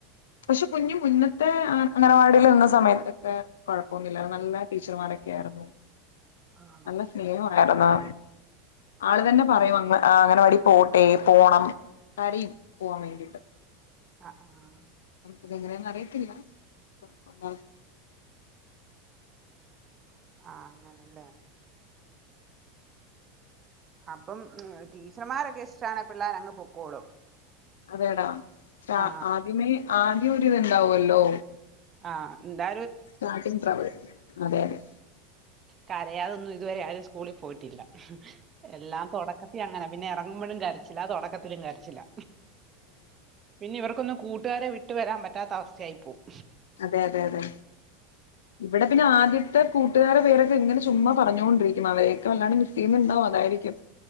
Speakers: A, on the left; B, on the right.
A: പക്ഷെ കുഞ്ഞ് മുന്നത്തെ അംഗനവാടിയിൽ ഇരുന്ന സമയത്തൊക്കെ കൊഴപ്പൊന്നുല്ലായിരുന്നു നല്ല ടീച്ചർമാരൊക്കെയിരുന്നു
B: ആണോ
A: നല്ല സ്നേഹണ്ടായിരുന്നു ആള് തന്നെ പറയും ആഹ് അംഗനവാടി പോട്ടെ പോണം കരയും പോവാൻ വേണ്ടിയിട്ട്
B: ആഹ് ആഹ് ആഹ്
A: ഇതെങ്ങനെയന്നറിയത്തില്ല ഇപ്പം
B: ആഹ് അങ്ങനല്ലേ അപ്പം ടീച്ചർമാരൊക്കെ ഇഷ്ടാണെ പിള്ളേരങ്ങ് പൊക്കോളും
A: അതെടാ
B: ആ
A: ആദ്യമേ ആദ്യം ഒരിതുണ്ടാവല്ലോ
B: ആഹ് ഇണ്ടാ
A: സ്റ്റാർട്ടിങ്ങ് ട്രബിൾ അതെ അതെ
B: കരയാതൊന്നും ഇതുവരെ ആരും സ്കൂളിൽ പോയിട്ടില്ല എല്ലാം തുടക്കത്തി അങ്ങനാ പിന്നെ ഇറങ്ങുമ്പോഴും കരച്ചിലാ തുടക്കത്തിലും കരച്ചിലാ പിന്നെ ഇവർക്കൊന്നും കൂട്ടുകാരെ വിട്ടു വരാൻ പറ്റാത്ത അവസ്ഥയായിപ്പോവും
A: അതെ അതെ അതെ ഇവിടെ പിന്നെ ആദ്യത്തെ കൂട്ടുകാരെ പേരൊക്കെ ഇങ്ങനെ ചുമ്മാ പറഞ്ഞുകൊണ്ടിരിക്കും അവരൊക്കെ വല്ലാണ്ട് മിസ് ചെയ്യുന്നുണ്ടാവും അതായിരിക്കും